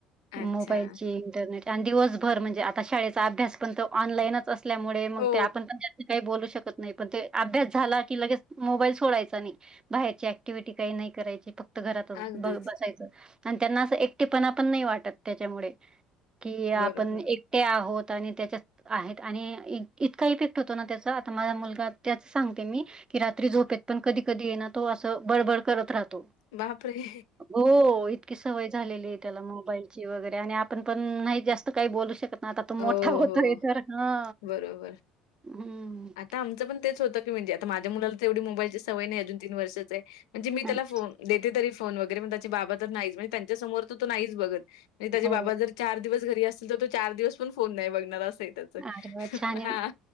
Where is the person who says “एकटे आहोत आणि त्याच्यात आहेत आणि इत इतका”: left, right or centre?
Right